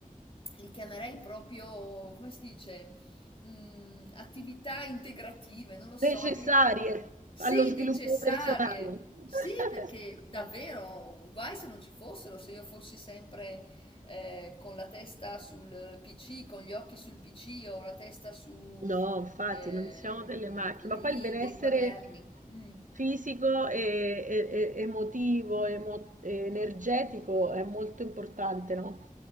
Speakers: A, on the left; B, on the right.
A: li chiamerei proprio, come si dice, Mm, attività integrative, non lo so,
B: necessarie
A: attivi- sì,
B: allo sviluppo
A: necessarie.
B: personale. <laughs>
A: Sì, perché davvero, guai se non ci fossero, se io fossi sempre eh, con la testa sul PC, con gli occhi sul PC o la testa su
B: No, infatti
A: ehm,
B: non siamo delle macchine,
A: libri,
B: ma poi il benessere
A: quaderni. Mm.
B: fisico e, e- e- emotivo, emo- e energetico è molto importante, no?